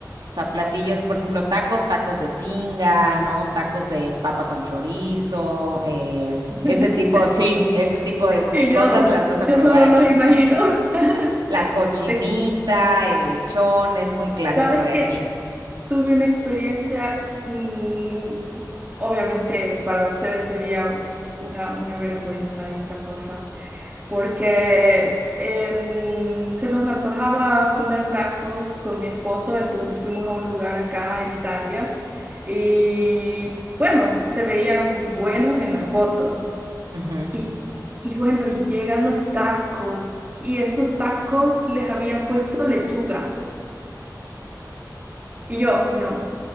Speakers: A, on the right; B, on the right.
A: O sea, platillos, por ejemplo, tacos, tacos de tinga, ¿no? Tacos de papa con chorizo, eh,
B: <laughs>
A: ese tipo, sí, ese tipo de, de
B: Y
A: cosas
B: yo,
A: las vas a
B: yo
A: probar
B: solo
A: aquí.
B: los imagino.
A: <laughs>
B: <laughs>
A: La cochinita,
B: Te-
A: el lechón, es muy clásico
B: ¿Sabes
A: de
B: qué?
A: aquí.
B: Tuve una experiencia, mm, obviamente para ustedes sería una, una vergüenza esta cosa, porque em, se nos antojaba comer tacos con mi esposo, entonces fuimos a un lugar acá en Italia y bueno, se veían buenos en las fotos.
A: Ujú.
B: Y, y bueno, y llegan los tacos y estos tacos les habían puesto lechuga y yo no.